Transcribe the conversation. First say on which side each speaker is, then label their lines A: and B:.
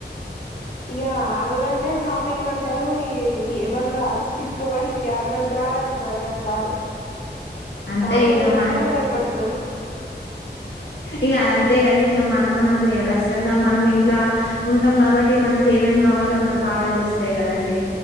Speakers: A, on the left (about 50°); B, on the left (about 80°).
A: ఇక ఆడాళ్ళంటే షాపింగ్ అంటరు ఇగ ఎవ్వల్రారు తీస్కపోనికి హస్బెండ్స్ రారు అటు బ్రదర్స్ రారు
B: అంతే
A: షాపింగ్
B: ఇగ
A: అంటేనే
B: మా
A: భయపడతారు
B: ఇగ అంత అంతే కని ఇక మనం మనం ఖచ్చితంగా మనం ఇంట్లా ఉంటాం కాబట్టి మనకి ఏమేం కావాలో మనకు బా బాగా తెలుస్తాయి కదా అండి